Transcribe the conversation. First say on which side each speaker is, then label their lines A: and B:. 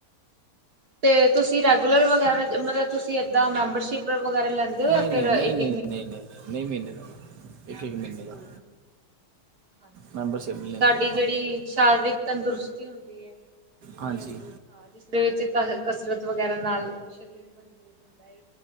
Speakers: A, on the right; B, on the right.
A: ਅਤੇ ਤੁਸੀਂ ਰੈਗੂਲਰ ਵਗੈਰਾ ਮਤਲਬ ਤੁਸੀਂ ਇੱਦਾਂ ਮੈਂਬਰਸ਼ਿਪ ਵਗੈਰਾ ਲੈਂਦੇ ਹੋ
B: ਨਹੀਂ
A: ਜਾਂ
B: ਨਹੀਂ
A: ਫਿਰ
B: ਨਹੀਂ
A: ਇੱਕ
B: ਨਹੀਂ ਨਹੀਂ ਨਹੀਂ ਨਹੀਂ ਨਹੀਂ ਮਹੀਨੇ ਇੱਕ ਇੱਕ ਮਹੀਨੇ ਦਾ
A: ਹ ਹਾਂਜੀ
B: ਮੈਂਬਰਸ਼ਿਪ ਨਹੀਂ
A: ਤੇ
B: ਲੈਂਦੇ
A: ਸਾਡੀ
B: ਆਪਾਂ
A: ਜਿਹੜੀ ਸ਼ਾਰੀਰਿਕ ਤੰਦਰੁਸਤੀ ਹੁੰਦੀ ਹੈ
B: ਹਾਂਜੀ
A: ਹਾਂ ਜਿਸਦੇ ਵਿੱਚ ਕ ਕਸਰਤ ਵਗੈਰਾ ਨਾਲ ਸਰੀਰ ਮਜ਼ਬੂਤ ਹੁੰਦਾ ਹੈ